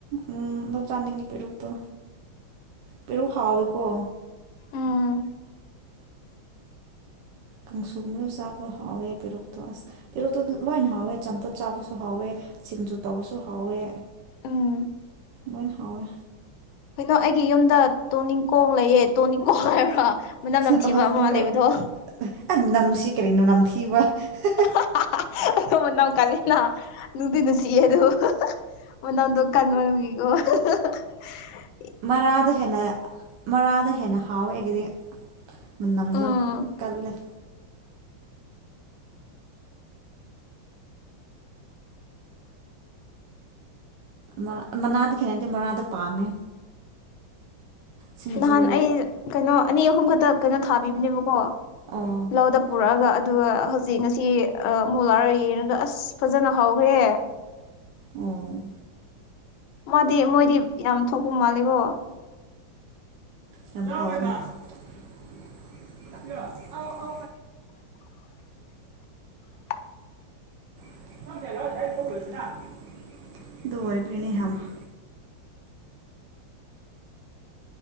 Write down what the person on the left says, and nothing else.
ꯎꯝ
ꯎꯝ
ꯗꯣ ꯑꯩꯒꯤ ꯌꯨꯝꯗ ꯇꯣꯅꯤꯡꯀꯣꯡ ꯂꯩꯌꯦ ꯇꯣꯅꯤꯡꯀꯣꯛ ꯍꯥꯏꯕ꯭ꯔꯥ ꯃꯅꯝ
ꯅꯝꯊꯤꯕ
ꯑꯃ ꯂꯩꯕꯗꯣ
ꯑ ꯍꯥ ꯍꯥ ꯍꯍ ꯑꯗꯣ ꯃꯅꯝ ꯀꯜꯂꯤꯅ ꯅꯨꯡꯗꯤ ꯅꯨꯡꯁꯤꯌꯦ ꯑꯗꯨ ꯍꯍ ꯃ ꯅꯝꯗꯣ ꯀꯟꯕꯒꯤꯀꯣ ꯍꯥ ꯍꯥ ꯍꯥ ꯍꯍ
ꯎꯝ
ꯅꯍꯥꯟ ꯑꯩ ꯀꯩꯅꯣ ꯑꯅꯤ ꯑꯍꯨꯝ ꯈꯛꯇ ꯀꯩꯅꯣ ꯊꯥꯕꯤꯕꯅꯦꯕꯀꯣ
ꯂꯧꯗ ꯄꯨꯔꯛꯑꯒ ꯑ ꯑꯗꯨꯒ ꯑ ꯍꯧꯖꯤꯛ ꯉꯁꯤ ꯃꯣꯂꯥꯔ ꯌꯦꯡꯉꯒ ꯑꯁ ꯐꯖꯅ ꯍꯥꯎꯈ꯭ꯔꯦ
ꯃꯥꯗꯤ ꯃꯣꯏꯗꯤ ꯌꯥꯝ ꯊꯣꯛꯄ ꯃꯥꯜꯂꯦꯕꯣ
<inaudible>